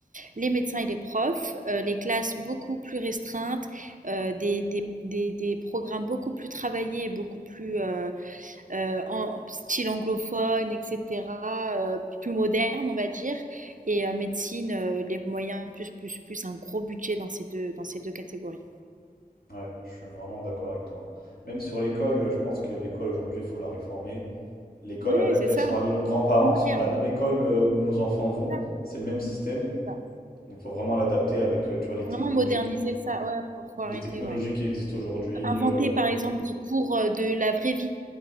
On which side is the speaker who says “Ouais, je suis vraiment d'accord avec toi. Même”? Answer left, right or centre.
Left